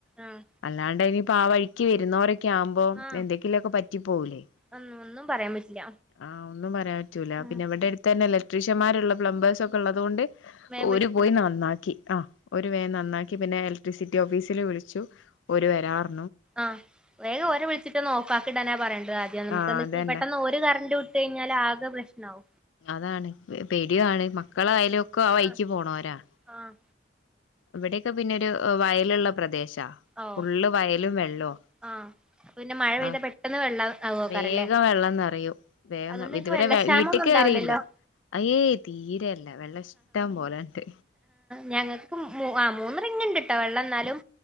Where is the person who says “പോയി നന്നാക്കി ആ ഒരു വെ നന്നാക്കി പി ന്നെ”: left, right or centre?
Left